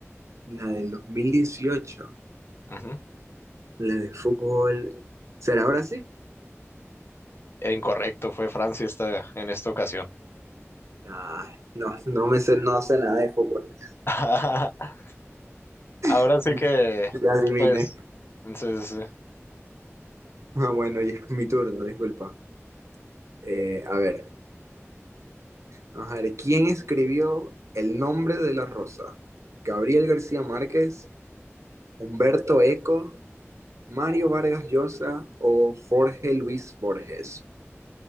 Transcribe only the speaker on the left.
Ujú.
E Incorrecto, fue Francia esta, en esta ocasión.
<laughs> Ahora
sí que,
pues, entonces sí, sí, sí.